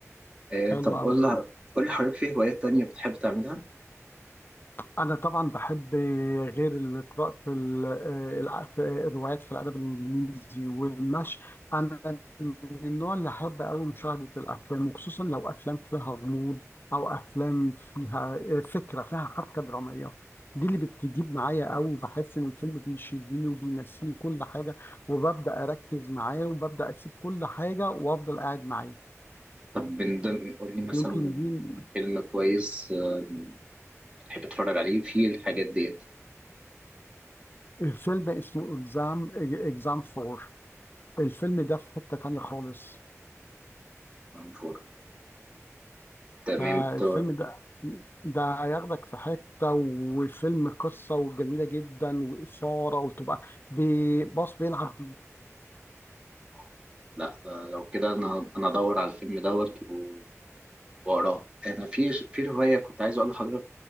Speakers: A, on the right; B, on the left.
A: آه،
B: حلوه
A: طب قول
B: قوي
A: لها قول لي حضرتك في هوايات تانية بتحب تعملها؟
B: أنا طبعا بحب غير ال- قراءة ال- آه، الع- في الروايات في الأدب الإنجليزي والمشي أنا من النوع اللي أحب أوي مشاهدة الأفلام وخصوصا لو أفلام فيها غموض أو أفلام فيها آه، فكرة فيها حبكة درامية دي اللي بتجيب معايا أوي بحس إن الفيلم بيشدني وبينسيني كل حاجة وببدأ أركز معاه وببدأ أسيب كل حاجة وأفضل قاعد معاه
A: طب من ضمن قول لي مثلا
B: يمكن دي
A: فيلم كويس آه، بتحب تتفرج عليه في الحاجات ديت
B: فيلم اسمه إكزام إكزام فور الفيلم ده في حتة تانية خالص
A: فور تمام
B: فالفيلم
A: طار
B: ده ده هياخدك في حتة وفيلم قصة وجميلة جدا وإثارة وتبقى بي- باص بيلعب بيك
A: آه، لا ده لو كده أنا أنا أدور على الفيلم دوت و- وأقراه أنا في في رواية كنت عايز أقول لحضرتك